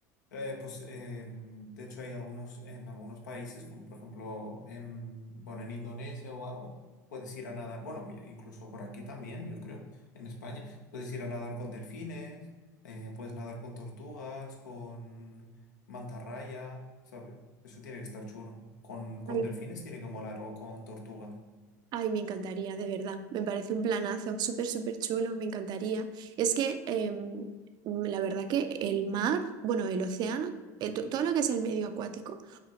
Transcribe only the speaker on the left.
Eh, pues eh, de hecho hay algunos, en algunos países, como por ejemplo en, bueno, en Indonesia o algo, puedes ir a nadar, bueno, y- incluso por aquí también, yo creo, en España, puedes ir a nadar con delfines, eh, puedes nadar con tortugas, con mantarraya, ¿sabes? Eso tiene que estar chulo. Con, con
delfines tiene que molar o con tortugas.